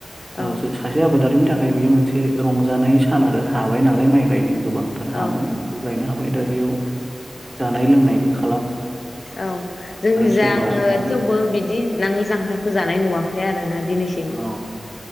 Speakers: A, on the right (about 25°); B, on the left (about 60°).
A: ओ
B: औ
A: जों सासे आ आबादारिनि थाखाय बेयो मोनसे रंजानाय सान आरो हाबाय नालाय माइ गायनो। गोबांथार हामोन
B: औ
A: बेखौ गायनो हा बाय दा बेयाव जानाय लोंनायबो खा
B: औ जोंनिजा
A: सोरबा माने
B: थेवबो बिदि नांगोल जांख्राखो जानाय नुवाखै आरोना दिनैसिम।
A: अ